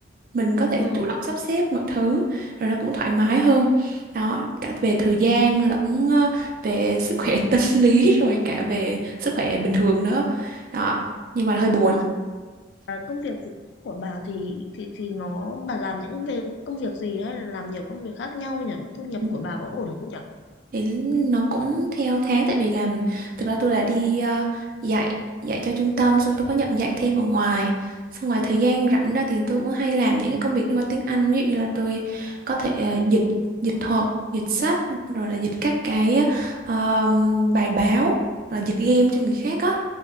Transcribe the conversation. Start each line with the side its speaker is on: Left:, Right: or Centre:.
Right: mình có thể
Left: ừ.
Right: chủ động sắp xếp mọi thứ rồi nó cũng thoải mái hơn đó cả về thời gian lẫn ờ, về sức khỏe <laughs> tâm lý rồi cả về sức khỏe bình thường nữa đó nhưng mà hơi buồn
Left: Thế còn, à, công việc tự do của bà thì thì thì nó bà làm những về công việc gì hay là làm nhiều công việc khác nhau nhỉ thu nhập
Right: Ừ.
Left: của bà có ổn không nhỉ
Right: Thì nó cũng theo tháng tại vì làm thực ra tôi là đi ờ, dạy dạy cho trung tâm xong tôi có nhận dạy thêm ở ngoài xong ngoài thời gian rảnh ra thì tôi cũng hay làm những cái công việc liên quan tiếng Anh ví dụ như là tôi có thể ờ, dịch dịch thuật dịch sách rồi là dịch các cái ờ, bài báo rồi là dịch game cho người khác á